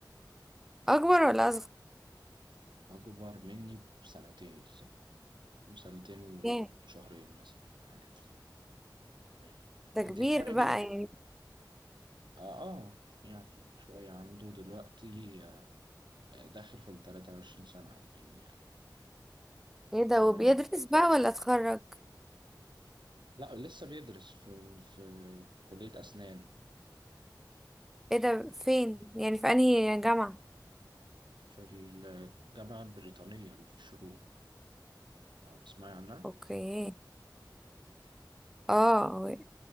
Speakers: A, in the centre; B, on the right (about 75°).
A: اكبر ولا اصغر
B: اكبر مني بسنتين بالظبط سنتين
A: ايه
B: وشهرين مثلا حاجه كده
A: ده كبير
B: انت الفرق
A: بقى
B: بينك
A: يعني
B: اه, آه يعني شويه عنده دلوقتي آه داخل في ال 23 سنه او اتنين يعني
A: ايه ده
B: آه
A: وبيدرس بقى ولا اتخرج
B: لا لسه بيدرس في في كليه اسنان
A: ايه ده فين يعني في انهي جامعة
B: في الجامعة البريطانية اللي في الشروق تسمعي عنها؟
A: اوكي اه